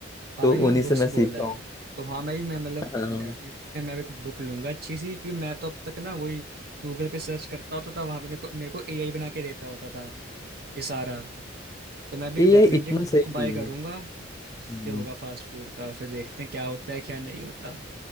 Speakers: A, on the right; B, on the left.
A: आपने
B: तो
A: मतलब
B: उन्हीं
A: बुक्स
B: से मैं
A: बोला
B: सीखा हूँ
A: है तो हाँ मैं भी मैं मतलब
B: हाँ
A: डेफिनेटली मैं मैं एक बुक लूंगा अच्छी सी क्योंकि मैं तो अब तक ना वही गूगल पे सर्च करता होता था वहां पे मेरे को मेरे को एआई बना के देता होता था ये सारा तो मैं भी डेफिनेटली
B: एआई <laughs> इतना
A: एक बुक
B: सही नहीं
A: बाय करूंगा जिस
B: है
A: पे होगा फास्ट फूड का फिर देखते हैं क्या होता है क्या नहीं होता